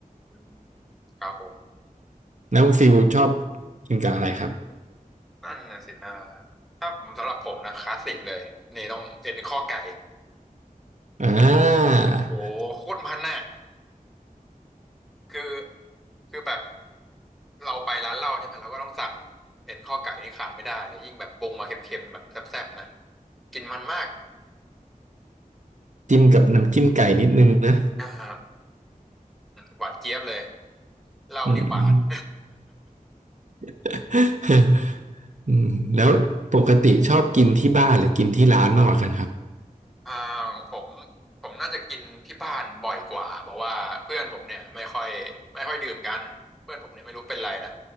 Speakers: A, in the centre; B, on the right.
A: อืมครับผม
B: แล้วฟิลชอบกินกับอะไรครับ
A: นั่นน่ะสินะถ้าผมสำหรับผมนะคลาสสิกเลย นี่ต้องเอ็นข้อไก่
B: อ่า
A: โอ้โคตรมันน่ะคือคือแบบเราไปร้านเหล้าใช่ไหมเราก็ต้องสั่งเอ็นข้อไก่นี่ขาดไม่ได้เลยยิ่งแบบปรุงมาเค็มๆแบบแซ่บๆนะกินมันมาก
B: จิ้มกับน้ำจิ้มไก่นิดนึงนะ
A: อ่าหอหวานเจี๊ยบเลย เรานี่หวาน
B: อืม
A: <laughs>
B: <laughs> อืมแล้วปกติชอบกินที่บ้านหรือกินที่ร้านมากกว่ากันครับ
A: อ่าของผมผมน่าจะกินที่บ้านบ่อยกว่าเพราะว่าเพื่อนผมเนี่ยไม่ค่อยไม่ค่อยดื่มกันเพื่อนผมเนี่ยไม่รู้เป็นไรนะ